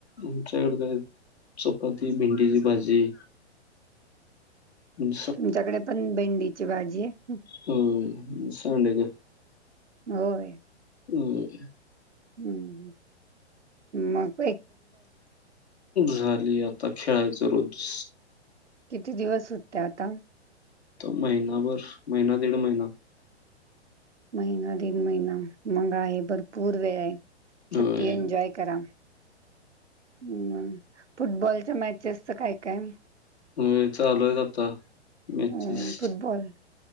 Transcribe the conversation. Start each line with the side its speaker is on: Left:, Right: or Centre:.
Left: आमच्याकड काय चपाती, भेंडीची भाजी आणि
Right: तुमच्याकडे पण भेंडीची भाजी आहे.
Left: हं सांडग्या
Right: होय.
Left: ह
Right: हम् मग
Left: झाली आता खेळायचं रोज
Right: किती दिवस सुट्या आता
Left: त महिनाभर महिना दीड महिना
Right: महिना दीड महिना मंग आहे. भरपूर वेळ आहे. सुट्टी
Left: होय
Right: एन्जॉय करा. हम् फुटबॉलच्या मॅचेस च काय? काय?
Left: होय चालू आहेच आता मॅचेस
Right: अ फुटबॉल